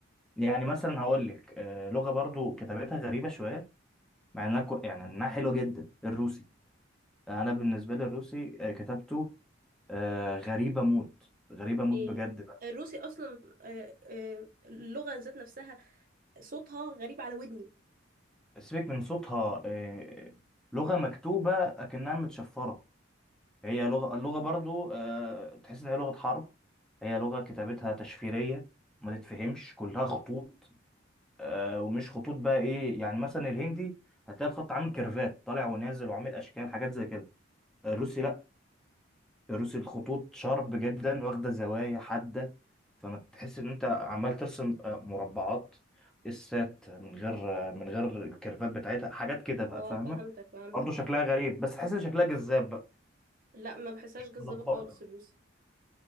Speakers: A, in the centre; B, on the right.
A: يعني مثلا هقول لك آه، لغه برضو كتابتها غريبه شويه مع انها كو- يعني انها حلوه جدا الروسي آه، انا بالنسبه لي الروسي آه، كتابته آه، غريبه موت غريبه موت
B: إيه،
A: بجد بقى
B: الروسي اصلا آه، آه، اللغه ذات نفسها صوتها غريب على ودني
A: سيبك من صوتها آه، لغه مكتوبه اكنها متشفره هي لغه اللغه برضو آه، تحس ان هي لغه حرب هي لغه كتابتها تشفيريه ما تتفهمش كلها خطوط آه، ومش خطوط بقى ايه يعني مثلا الهندي هتلاقي الخط عامل كيرفات طالع ونازل وعامل اشكال حاجات زي كده الروسي لا رسم الخطوط شارب جدا واخدة زوايا حادة فما تحس ان انت عمال ترسم آه، مربعات السات من غير آه، من غير الكيرفات بتاعتها حاجات كده بقى
B: اه
A: فاهمة
B: فهمتك فهمتك
A: برضه شكلها
B: فهمت
A: غريب بس تحس ان شكلها جذاب بقى
B: لا ما بحسهاش جذابه
A: ملخبطة
B: خالص الروسي